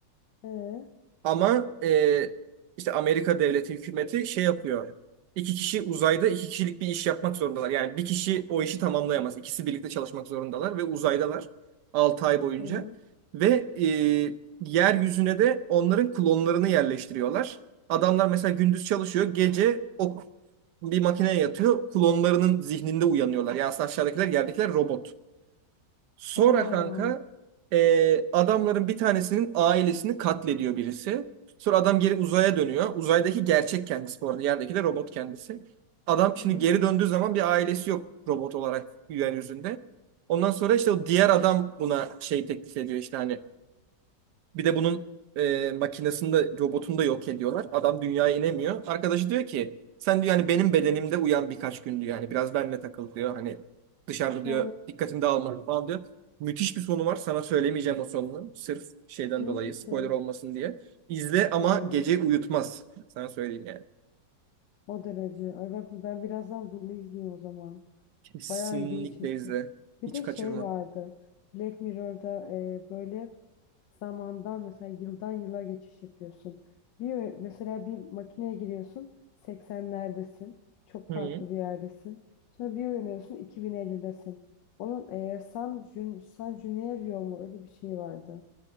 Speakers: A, on the left (about 80°); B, on the right (about 70°).
A: Ee,
B: Ama e, işte Amerika devleti hükümeti şey yapıyor. İki kişi uzayda iki kişilik bir iş yapmak zorundalar. Yani bir kişi o işi tamamlayamaz. İkisi birlikte çalışmak zorundalar ve uzaydalar 6 ay boyunca.
A: hı hı.
B: Ve e, yeryüzüne de onların klonlarını yerleştiriyorlar. Adamlar mesela gündüz çalışıyor, gece o bir makineye yatıyor, klonlarının zihninde uyanıyorlar. Yani aslında aşağıdakiler, yerdekiler robot. Sonra
A: Aa,
B: kanka e, adamların bir tanesinin ailesini katlediyor birisi. Sonra adam geri uzaya dönüyor. Uzaydaki gerçek kendisi bu arada. Yerdeki de robot kendisi. Adam şimdi
A: hı hı.
B: geri döndüğü zaman bir ailesi yok robot olarak yeryüzünde. Ondan sonra işte o diğer adam buna şey teklif ediyor işte hani bir de bunun e, makinesini de robotunu da yok ediyorlar. Adam dünyaya inemiyor. Arkadaşı diyor ki sen diyor hani benim bedenimde uyan birkaç gün diyor. Hani biraz benimle takıl diyor. Hani dışarıda diyor
A: Ha,
B: dikkatini dağılma falan diyor. Müthiş bir sonu var. Sana söylemeyeceğim o sonunu. Sırf şeyden
A: ciddi
B: dolayı
A: misin?
B: spoiler olmasın diye. İzle ama
A: Aynen.
B: gece uyutmaz. Sana söyleyeyim yani.
A: O derece. Ay bak ben birazdan bunu izleyeyim o zaman.
B: Kesinlikle
A: Bayağı ilgimi çekti.
B: izle.
A: Bir
B: Hiç
A: de
B: kaçırma.
A: şey vardı. Black Mirror'da e, böyle zamandan mesela yıldan yıla geçiş yapıyorsun. Bir mesela bir makineye giriyorsun 80'lerdesin. Çok
B: Hı.
A: farklı bir yerdesin. Sonra bir uyanıyorsun 2050'desin. Onun eee, San, Jun, San Junio mu öyle bir şey vardı.